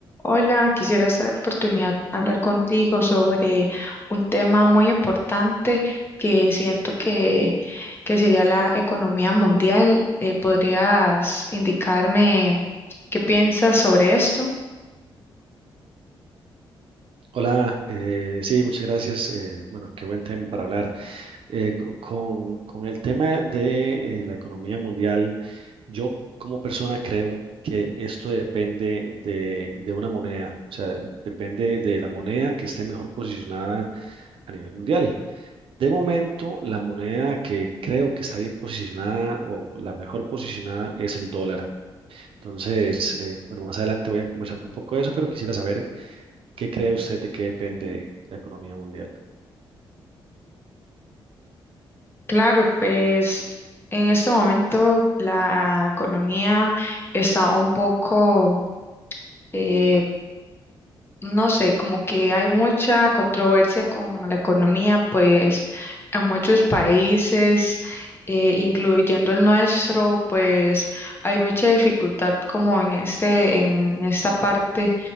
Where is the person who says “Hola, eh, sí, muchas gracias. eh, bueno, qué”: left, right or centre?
Right